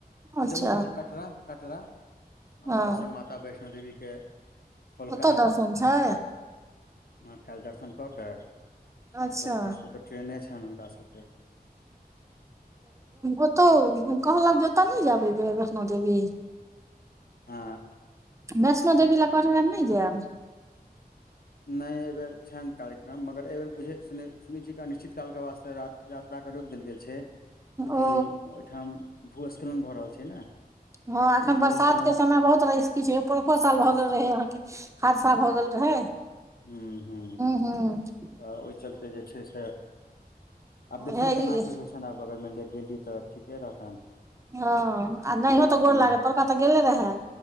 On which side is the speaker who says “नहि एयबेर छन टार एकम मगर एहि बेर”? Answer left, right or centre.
Left